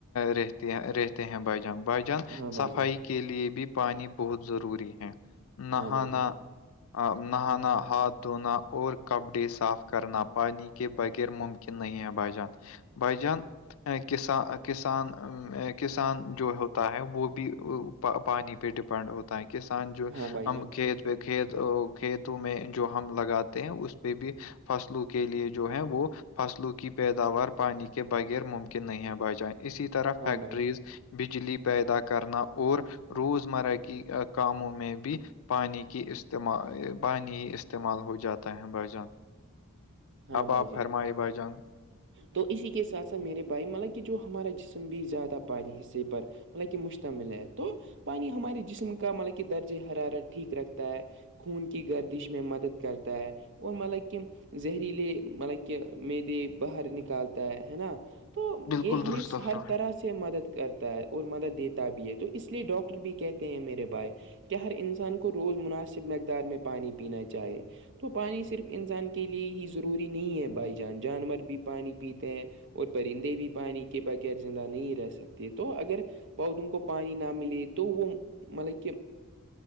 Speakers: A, on the left; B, on the right.
A: رہتے رہتے ہیں بائیجان بائیجان
B: ہاں
A: صفائی
B: بھائی جان
A: کی کے لیے بھی پانی بہت ضروری ہے نہانا
B: ہاں بھائی جان
A: نہانا ہاتھ دھونا اور کپڑے صاف کرنا پانی کے بغیر ممکن کہ نہیں ہے بائی جان بائی جان اے، کسان کسان کسان جو ہوتا ہے وہ بھی پانی پہ ڈپینڈ ہوتا کسان جو
B: ہاں بھائی
A: ہم
B: جان
A: کھیت کھیت کھیتوں میں جو ہم لگاتے ہیں اس پہ بھی فصلوں کے لیے جو ہے وہ فصلوں کی پیداوار پانی کے بغیر ممکن کہ نہیں ہے بائی جائے اسی طرح
B: ہاں
A: فیکٹریز
B: بھائی
A: بجلی پیدا کرنا اور روزمرہ کی کاموں میں بھی پانی کی استعمال پانی ہی استعمال ہو جاتا ہے بھائی جان
B: ہاں
A: آپ
B: بھائی
A: آپ
B: جان
A: فرمائے بھائی جان
B: تو اسی کے ساتھ ساتھ میرے بھائی مطلب کہ جو ہمارا جسم بھی زیادہ پانی حصے پر مطلب کہ مشتمل ہے تو پانی ہمارے جسم کا مطلب کہ درجہ حرارت ٹھیک رکھتا ہے خون کی گردش میں مدد کرتا ہے اور مطلب کہ زہریلے مطلب کہ م دے باہر نکالتا ہے ہے نا تو
A: بالکل
B: یہ ہمیش
A: درست
B: ہر
A: فرمائے
B: طرح سے مدد کرتا ہے اور مدد دیتا بھی ہے تو اس لیے ڈاکٹر بھی کہتے ہیں میرے بھائی کہ ہر انسان کو روز مناسب مقدار میں پانی پینا چاہے تو پانی صرف انسان کے لیے ہی ضروری نہیں ہے بھائی جان جانور بھی پانی پیتے ہیں اور پرندے بھی پانی کے بغیر زندہ نہیں رہ سکتے تو اگر پودوں کو پانی نہ ملے تو وہ مطلب کہ